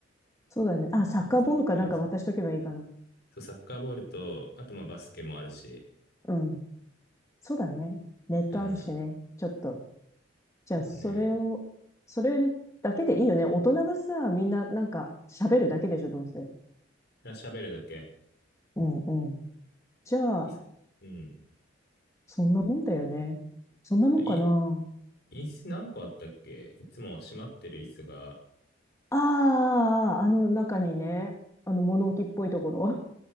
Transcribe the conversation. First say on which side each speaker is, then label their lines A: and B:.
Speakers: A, on the left; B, on the left.
A: そうだね。あ、サッカーボールかなんか渡しとけばいいかな。
B: 遊んでくれるでしょ。そう、サッカーボールと、あとまあバスケもあるし、
A: うん。そうだね。ネットあるしね。
B: うん、
A: ちょっと。じゃあ、
B: そうだね。
A: それを、それだけでいいよね。大人がさ、みんななんか喋るだけでしょ、どうせ。
B: 喋るだけ。
A: うん、うん。じゃあ、
B: いうん。
A: そんなもんだよね。そんなもんかな。
B: とい、椅子何個あったっけいつも閉まってる椅子が。
A: ああ、あああの中にね、あの物置っぽいところ。